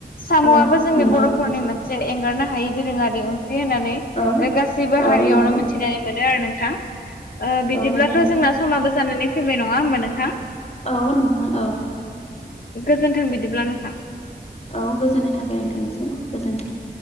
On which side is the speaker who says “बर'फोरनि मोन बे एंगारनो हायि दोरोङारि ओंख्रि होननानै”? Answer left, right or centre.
Left